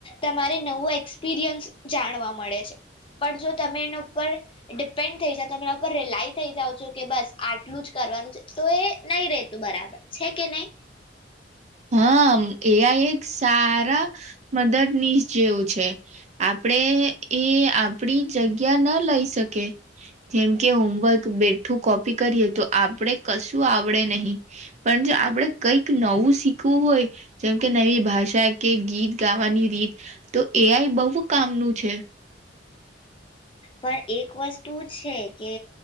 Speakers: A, on the left; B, on the right.
A: તમારે નવું એક્સપિરિયન્સ જાણવા મળે છે, પણ જો તમે એના ઉપર ડિપેન્ડ થઈ જઓ તમે એના ઉપર રિલાઈ થઈ જાઓ છો કે બસ આટલું જ કરવાનું છે તો એ નહી રેતું બરાબર છે કે નહી?
B: હા. એ આઈ એક સારા મદદ નિશ જેવું છે, આપણેે એ આપડી જગ્યા ના લઈ શકે, જેમકે હોમવર્ક બેઠું કોપી કરીએ તો આપે કશું આવડે નહી, પણ જો આપડે કઈક નવું શીખ ખવુ હોય, જેમ કે નવી ભાષા કે ગીત ગાવાની રીત તો એ આઈ બહુ કામનું છે.
A: પણ એક વસ્તુ છે કે,